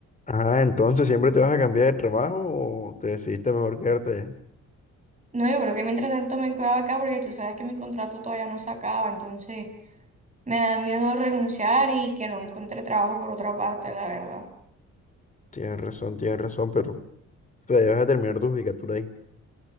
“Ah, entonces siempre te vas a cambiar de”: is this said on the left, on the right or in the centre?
Left